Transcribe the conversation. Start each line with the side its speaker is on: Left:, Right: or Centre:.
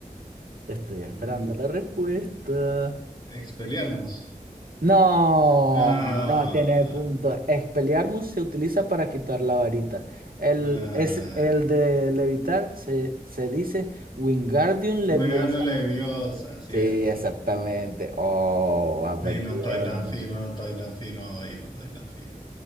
Right: Estoy esperando
Left: Mm,
Right: la respuesta.
Left: Expelliarmus.
Right: No,
Left: Ah,
Right: no tiene punto. Expelliarmus se utiliza para quitar la varita. El,
Left: ay,
Right: es, el de levitar se, se dice Wingardium Leviosa.
Left: Wingardium Leviosa, cierto.
Right: Sí, exactamente. Oh, va
Left: Y
Right: perdiendo.
Left: no estoy tan fino, no estoy tan fino hoy, no estoy tan fino.